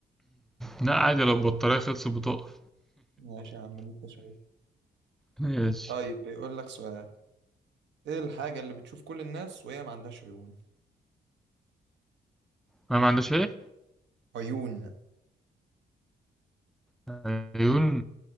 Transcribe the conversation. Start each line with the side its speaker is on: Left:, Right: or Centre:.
Centre: لا عادي لو البطارية خلصت بتقف
Right: ماشي يا عم اللي انت شايفه
Centre: <laughs> ماشي
Right: طيب بيقول لك سؤال ايه الحاجة اللي بتشوف كل الناس وهي ما عندهاش عيون
Centre: ما ما عندهاش ايه
Right: عيون
Centre: عيون